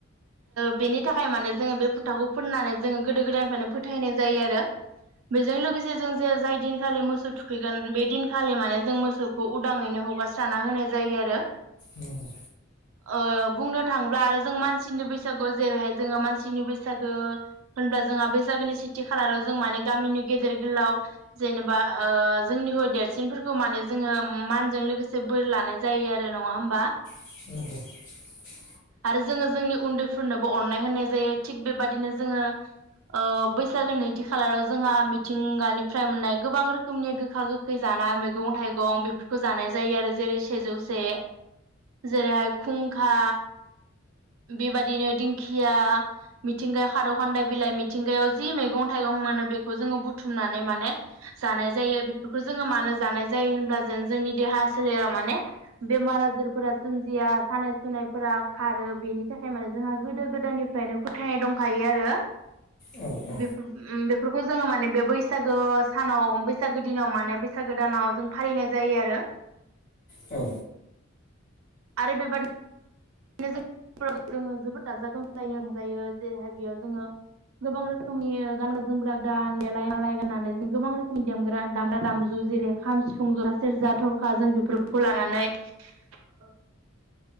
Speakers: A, on the right; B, on the left.
A: बेनि थाखाय माने जोङो बे फोथाखौ फोननानै जोङो गोदो गोदायनिफ्रायनो फोथायनाय जायो आरो बेजों लोगोसे जों जे जाय दिन खालि मोसौ थुखैगोन बे दिनखालि माने जों मोसौखौ उदाङैनो हगारस्राना होनाय जायो आरो
B: नंगौ
A: ओ बुंनो थाङोब्ला आरो जों मान सिनि बैसागु जेरैहाय जोङो मानसिनि बैसागो होनब्ला जोंहा बैसागोनि सेथि खालाराव जों माने गामिनि गेदेर गोलाव जेनेबा ओ जोंनि ह देरसिनफोरखौ माने जोङो मानजों लोगोसे बोर लानाय जायो आरो नङा होमबा
B: <inaudible>
A: आरो जोङो जोंनि उन्दैफोरनोबो अननाय होननाय जायो थिग बेबादिनो जोङो ओ बैसागो नैथि खालाराव जोंहा मिथिंगानिफ्राय मोननाय गोबां रोखोमनि गोखा गोखै जानाय मैगं थाइगं बेफोरखौ जानाय जायो आरो जेरै सेजौसे जेरैहाय खुंखा बेबायदिनो दिंखिया मिथिंगायाव खारौ खान्दाय बिलाइ मिथिंगायाव जि मैगं थाइगं मोनो बेखौ जोङो बुथुमनानै माने जानाय जायो बेफोरखौ जोङो मानो जानाय जायो होनब्ला जेन जोंनि देहा सोलेराव माने बेमार आजारफोरा सोमजिया सानाय सुनायफोरा खारो बेनि थाखाय माने जोंहा गोदो गोदायनिफ्रायनो फोथायनाय दंखायो आरो
B: औ औ
A: बेफोर उम बे फोरखौ जोङो माने बे बैसागो सानाव बैसागो दिनाव माने बैसागो दानाव जों फालिनाय जायो आरो
B: औ
A: आरो बेबादि <inaudible> जोङो जोबोद गाजा गोमजायैनो रंजायो जेरैहाय बेयाव जोङो गोबां रोखोमनि गानग्रा जोमग्रा गान देलाय मालाय गाननानै जों गोबां रोखोमनि देग्रा दामग्रा दामजु जेरै खाम सिफुं जथा सेरजा थरखा जों बेफोरखौ लानानै ओ